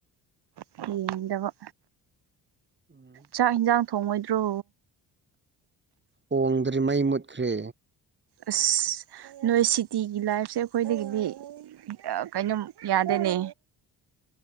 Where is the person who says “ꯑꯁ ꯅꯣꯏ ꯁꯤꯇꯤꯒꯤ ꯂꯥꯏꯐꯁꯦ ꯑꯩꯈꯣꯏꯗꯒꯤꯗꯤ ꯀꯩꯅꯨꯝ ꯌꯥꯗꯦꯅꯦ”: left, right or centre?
Right